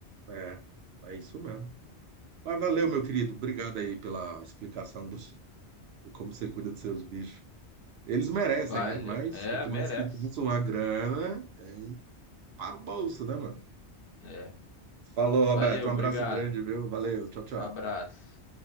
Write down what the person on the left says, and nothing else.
Valeu.
É, merece.
É.
Valeu,
obrigado.
Abraço.